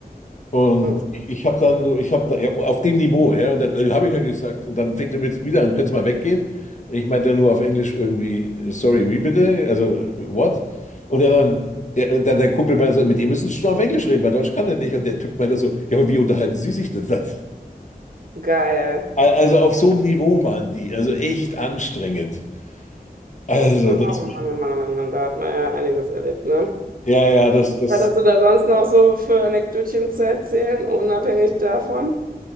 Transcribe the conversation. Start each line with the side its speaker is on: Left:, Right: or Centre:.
Left: Und
Right: Hm,
Left: ich habe dann, ich habe da, ja, auf dem Niveau, ja, und dann äh, habe ich ja gesagt, und dann fängt er mit wieder an, können Sie mal weggehen? Und ich meinte nur auf Englisch irgendwie, sorry, wie bitte? Also, what? Und er dann, ja, dann der Kumpel meinte so, mit dem müssen Sie schon auf Englisch reden, weil Deutsch kann er nicht. Und der Typ meinte so, ja, aber wie unterhalten Sie sich denn dann?
Right: Geil.
Left: Al- Also auf so einem Niveau waren die, also echt anstrengend. Also,
Right: Oh
Left: das,
Right: Mann, oh Mann, oh Mann, oh Mann, da hat man ja einiges erlebt, ne?
Left: ja, ja, das, das
Right: Was hast du da sonst noch so für Anekdötchen zu erzählen, unabhängig davon?